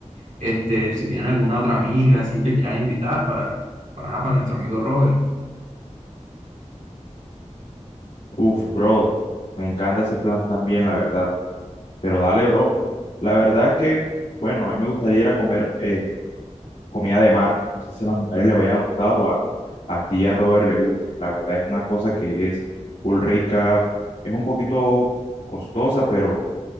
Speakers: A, on the right (about 90°); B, on the left (about 60°).
A: este, si tienen alguna otra amiga así que quieran invitar para, para, ajá, para nuestro amigo Robert.
B: Uf, bro, me encanta ese plan también, la verdad. Pero dale, bro. La verdad es que, bueno, a mí me gustaría ir a comer eh, comida de mar. No sé si a las mujeres les vaya a gustar o a, a ti y a Robert le gusten. La verdad es una cosa que es full rica, es un poquito costosa, pero